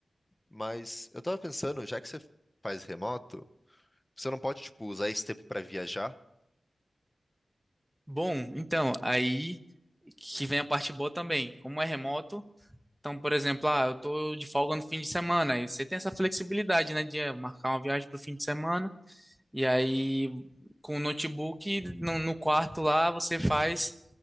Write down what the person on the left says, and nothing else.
Mas eu tava pensando, já que você faz remoto, você não pode, tipo, usar esse tempo pra viajar?